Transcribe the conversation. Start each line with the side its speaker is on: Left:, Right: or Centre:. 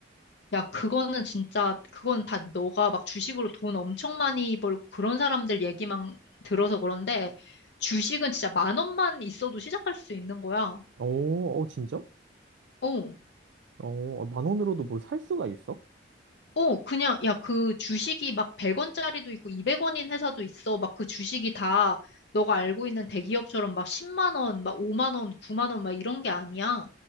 Left: 야, 그거는 진짜, 그건 다 너가 막 주식으로 돈 엄청 많이 벌고 그런 사람들 얘기만 들어서 그런데 주식은 진짜 만 원만 있어도 시작할 수 있는 거야.
Right: 오, 어, 진짜?
Left: 어.
Right: 어, 아, 만 원으로도 뭘 살 수가 있어?
Left: 어, 그냥, 야, 그 주식이 막 100원짜리도 있고 200원인 회사도 있어. 막 그 주식이 다 너가 알고 있는 대기업처럼 막 10만 원, 막 5만 원, 9만 원 막 이런 게 아니야.